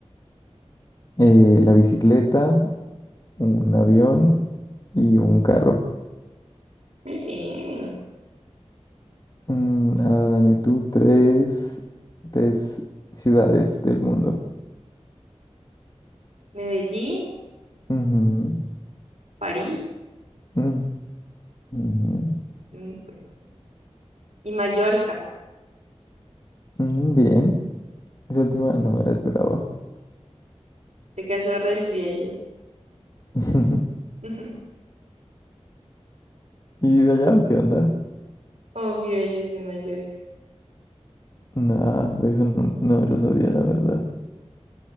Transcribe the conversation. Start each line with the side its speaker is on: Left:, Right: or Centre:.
Left: Eh, la bicicleta, un avión y un carro.
Right: Muy bien.
Left: Mm, ah, dame tú tres, tres ciudades del mundo.
Right: Medellín,
Left: Ujú,
Right: París
Left: ujú, ujú.
Right: mm, bueno, sí. y Mallorca.
Left: Mm, bien, esa última no me la esperaba.
Right: Se casó Rels de ayer.
Left: <laughs>
Right: <laughs>
Left: ¿Y vive allá o qué onda?
Right: Obvio, él es de Mallorca.
Left: Nah, eso no, no me lo sabía, la verdad.